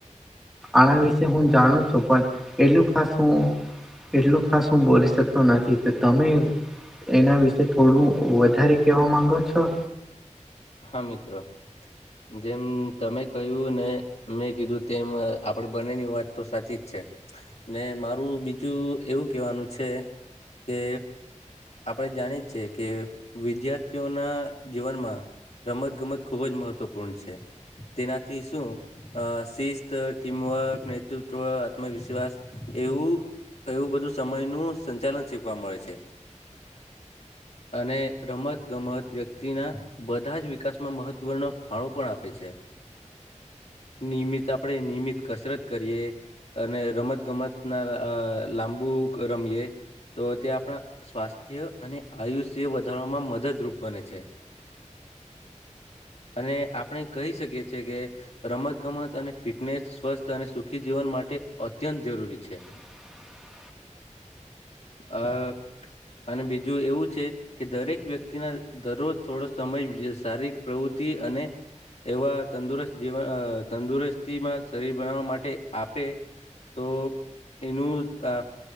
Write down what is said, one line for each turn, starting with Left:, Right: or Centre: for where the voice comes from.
Centre: આના વિશે હું જાણું છું પણ એટલું ખાસ હું. એટલું ખાસ હું બોલી શકતો નથી કે તમે.. એના વિશે થોડું વધારે કેવા માંગો છો.
Left: હા મિત્રો. જેમ તમે કહ્યું ને. મેં કીધું તેમ આપડી બનેની વાત તો સાચી જ છે. ને મારું બીજું એવું કેવાનું છે કે. આપણે જાણીએ છે કે વિદ્યાર્થીઓના જીવનમાં. રમત ગમત ખૂબ જ મહત્વપૂર્ણ છે તેનાથી શું. અ શિસ્ત ટીમવર્ક નેતૃત્વ આત્મવિશ્વાસ એવું. એવું બધું સમય નું સંચાલન શીખવા મળે છે. અને રમત ગમત વ્યક્તિના બધા જ વિકાસમાં મહત્વના. ફાળો પણ આપે છે નિયમિત આપણેે નિયમિત કસરત કરીએ. અને રમત ગમત ના લાંબુ રમીએ. તો તે આપણા સ્વાસ્થ્ય અને આયુષ્ય વધારવામાં મદદરૂપ બને છે. અને આપણે કહી શકીએ છ છેએ કે. રમત ગમત અને ફિટનેસ સ્વસ્થ અને સુખી જીવન માટે અત્યંત જરૂરી છે.
Centre: <inaudible>
Left: અ અને બીજું એવું છે. કે દરેક વ્યક્તિના દરરોજ થોડો સમય શારીિક પ્રવૃતિ અને. એવા તંદુરસ્ત જવન તંદુરસ્તીમાં શરીર બનાવવા માટે આપે. તો એનું અ